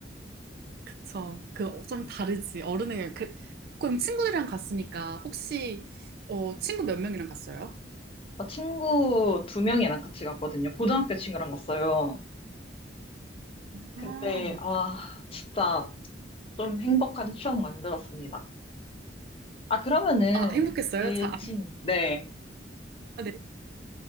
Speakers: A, on the right; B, on the left.
A: 그쵸. 그, 좀 다르지. 어른의, 그, 그럼 친구들이랑 갔으니까, 혹시, 어, 친구 몇 명이랑 갔어요?
B: 아, 친구 두 명이랑 같이 갔거든요. 고등학교 친구랑 갔어요. 근데
A: 아,
B: 아, 진짜 좀 행복한 추억 만들었습니다. 아, 그러면은,
A: 아, 행복했어요?
B: 예진,
A: 자,
B: 네.
A: 아, 네.